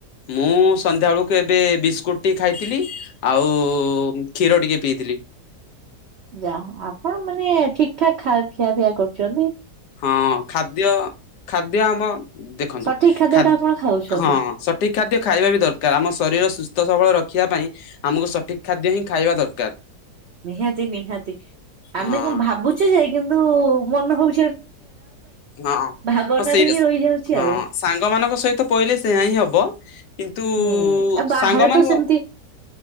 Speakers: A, on the left; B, on the right.
A: ମୁଁ ସନ୍ଧ୍ୟାବେଳକୁ ଏବେ ବିସ୍କୁଟ୍ ଟି ଖାଇଥିଲି, ଆଉ କ୍ଷୀର ଟିକେ ପିଇଥିଲି।
B: ଯାହା ଆପଣ ମାନେ ଠିକ୍ ଠାକ୍ ଖା ଖିଆ ପିଆ କରୁଚନ୍ତି।
A: ହଁ ଖାଦ୍ୟ, ଖାଦ୍ୟ ଆମ ଦେଖନ୍ତୁ
B: ସଠିକ ଖାଦ୍ୟ
A: ଖାଦ୍
B: ଟା ଆପଣ ଖାଉଛନ୍ତି
A: ହଁ ସଠିକ ଖାଦ୍ୟ ଖାଇବା ବି ଦରକାର। ଆମ ଶରୀର ସୁସ୍ଥ ସବଳ ର ଖିବା ପାଇଁ ଆମକୁ ସଠିକ ଖାଦ୍ୟ ହିଁ ଖାଇବା ଦରକାର।
B: ନିହାତି ନିହାତି, ଆମେ
A: ହଁ
B: କଣ ଭାବୁଚେ, ଯେ କିନ୍ତୁ ମନ ହଉ
A: ହଁ,
B: ଭାବନାରେ
A: ହଁ ସେଇଟା
B: ହିଁ ରହିଯାଉଛି
A: ହଁ
B: ଆଉ।
A: ସାଙ୍ଗ ମାନଙ୍କ ସହିତ ପଇଲେ ସେୟା ହିଁ ହିଁ ହବ, କିନ୍ତୁ
B: ହୁଁ ଆଉ ବାହାରେ
A: ସାଙ୍ଗ ମାନର
B: ତ ସେମିତି